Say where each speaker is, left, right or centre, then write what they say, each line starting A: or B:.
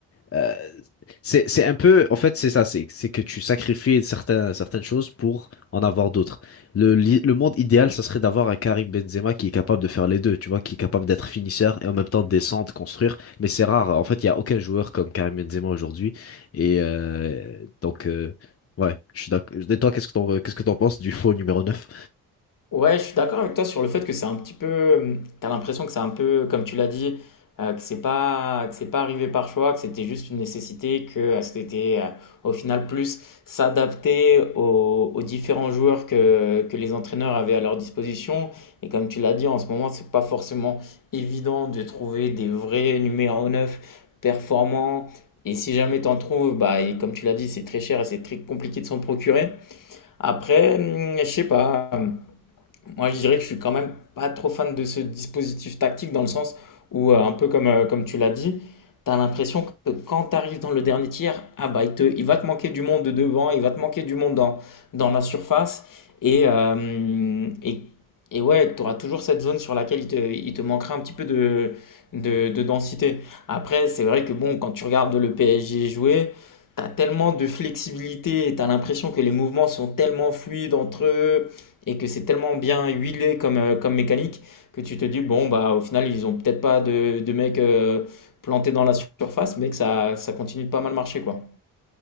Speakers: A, on the left; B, on the left.
A: euh, c'est, c'est un peu, en fait, c'est ça, c'est, c'est que tu sacrifies certains, certaines choses pour en avoir d'autres. Le, li- le monde idéal, ça serait d'avoir un Karim Benzema qui est capable de faire les deux, tu vois, qui est capable d'être finisseur et en même temps de descendre, construire. Mais c'est rare. En fait, il n'y a aucun joueur comme Karim Benzema aujourd'hui. Et euh, donc, euh, ouais, je suis d'accord. Et toi, qu'est-ce que t'en, qu'est-ce que t'en penses du faux numéro neuf
B: Ouais, je suis d'accord avec toi sur le fait que c'est un petit peu, hum, t'as l'impression que c'est un peu, comme tu l'as dit, euh, que c'est pas, que c'est pas arrivé par choix, que c'était juste une nécessité, que euh, c'était euh, au final plus s'adapter aux, aux différents joueurs que, que les entraîneurs avaient à leur disposition. Et comme tu l'as dit, en ce moment, c'est pas forcément évident de trouver des vrais numéros 9 performants. Et si jamais t'en trouves, bah, et comme tu l'as dit, c'est très cher et c'est très compliqué de s'en procurer. Après, hum, je sais pas. hum, moi, je dirais que je suis quand même pas trop fan de ce dispositif tactique dans le sens où, euh, un peu comme, euh, comme tu l'as dit, tu as l'impression que quand tu arrives dans le dernier tiers, ah bah, il te- il va te manquer du monde devant, il va te manquer du monde dans, dans la surface. Et, euh, et, et ouais, tu auras toujours cette zone sur laquelle il te, il te manquera un petit peu de, de, de densité. Après, c'est vrai que bon, quand tu regardes le PSG jouer, tu as tellement de flexibilité et tu as l'impression que les mouvements sont tellement fluides entre eux et que c'est tellement bien huilé comme, euh, comme mécanique que tu te dis, bon, bah, au final, ils ont peut-être pas de, de mecs euh, plantés dans la surface, mais que ça, ça continue de pas mal marcher, quoi.